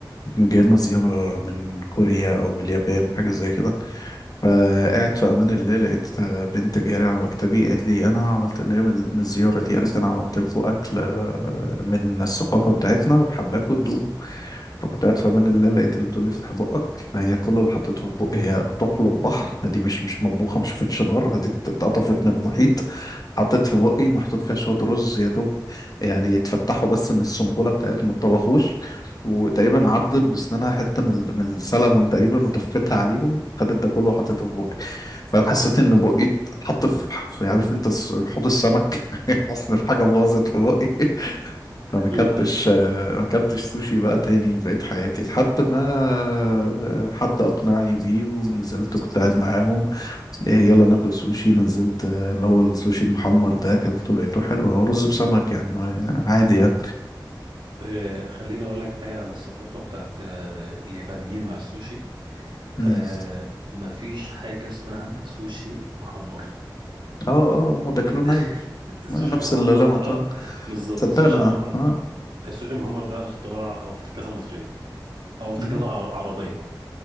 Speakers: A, on the left (about 50°); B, on the right (about 75°).
A: كان جاي لنا زياره من كوريا او من اليابان حاجه زي كده فقعدت في امان الله لقيت بنت جايه لي على مكتبي قالت لي انا عملت اللي هي من من الزياره دي قالت انا عملت لكم اكل آه، من الثقافه بتاعتنا وحباكم فكنت قاعد في امان الله لقيت اللي تقول لي افتح بقك فهي كل اللي حطيته في بقي هي طحلب بحر دي مش مش مطبوخه ما شافتش نار دي اتقطفت من المحيط حطيت في بقي محطوط فيها شويه رز يا دوب يعني يتفتحوا بس من السنبله بتاعتهم ما اتطبخوش وتقريبا عضت بسنانها حته من ال- من السلمون تقريبا وتفتها عليهم خدت ده كله وحطيته في بقي فانا حسيت ان بقي اتحط في في- عارف انت الس- حوض السمك <laughs> حاسس ان في حاجه باظت في بقي انا ما اكلتش
B: لا
A: ما اكلتش سوشي بقى تاني بقيت حياتي لحد ما حد اقنعني بيه ونزلت كنت قاعد معاهم إيه يلا ناكل سوشي نزلت آه، اللي هو السوشي المحمر ده اكلته لقيته حلو هو رز بسمك يعني ما- يعني عادي يعني
B: أه خليني اقول لك حاجه على الثقافه بتاعت أه اليابانيين مع السوشي
A: مم.
B: أه مفيش حاجه اسمها سوشي محمر
A: اه اه هما بياكلوه
B: <laughs>
A: ني أيوة،
B: السوشي
A: نفس
B: المحمر
A: اللي اللي
B: ده
A: انا قلتها
B: بالظبط
A: تصدقنا
B: السوشي المحمر
A: اه
B: السوشي المحمر ده اختراع او افتكاسه مصريه او افتكاسه
A: مم.
B: ع- عربيه